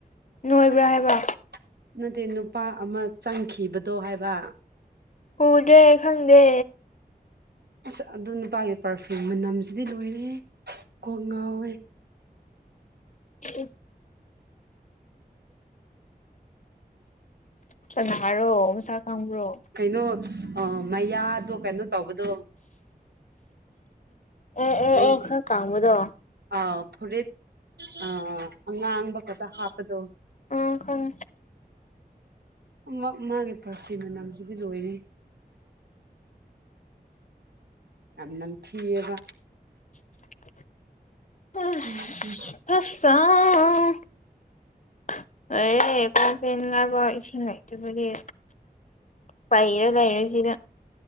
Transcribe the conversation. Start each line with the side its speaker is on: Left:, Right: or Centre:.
Left: ꯅꯣꯏꯕ꯭ꯔꯥ
Right: ꯑꯁ
Left: ꯍꯥꯏꯕ
Right: ꯅꯠꯇꯦ ꯅꯨꯄꯥ ꯑꯃ ꯆꯪꯈꯤꯕꯗꯣ ꯍꯥꯏꯕ
Left: ꯎꯗ꯭ꯔꯦ ꯈꯪꯗꯦ
Right: ꯑꯁ ꯑꯗꯨ ꯅꯨꯄꯥꯒꯤ ꯄꯥꯔꯐ꯭ꯌꯨꯝ ꯃꯅꯝꯁꯤꯗꯤ ꯂꯣꯏꯔꯦꯍꯦ ꯀꯣꯛ ꯉꯥꯎꯋꯦ
Left: <unintelligible> ꯀꯅꯔꯣ ꯃꯁꯛ ꯈꯪꯕ꯭ꯔꯣ
Right: ꯀꯩꯅꯣ ꯑꯥ ꯃꯌꯥꯗꯣ ꯀꯩꯅꯣ ꯇꯧꯕꯗꯣ
Left: ꯑꯣ ꯑꯣ
Right: ꯃꯩ
Left: ꯑꯣ ꯈꯔ ꯀꯥꯡꯕꯗꯣ
Right: ꯑꯥ ꯐꯨꯔꯤꯠ ꯑ ꯑꯉꯥꯡꯕ ꯈꯛꯇ ꯍꯥꯞꯄꯗꯣ
Left: ꯑ ꯈꯪꯉꯦ
Right: ꯎꯝ ꯃꯥꯒꯤ ꯄꯔꯐ꯭ꯌꯨꯝ ꯃꯅꯝꯁꯤꯗꯤ ꯂꯣꯏꯔꯦ ꯍꯦ ꯌꯥꯝ ꯅꯝꯊꯤꯌꯦꯕ
Left: <inaudible>
Right: ꯎꯝ ꯎꯝ
Left: ꯑꯦ ꯀꯣꯟ ꯐꯦꯡꯅꯕ ꯏꯁꯤꯡ ꯂꯩꯇꯕꯒꯤ ꯄꯩꯔ ꯂꯩꯔꯦꯁꯤꯗ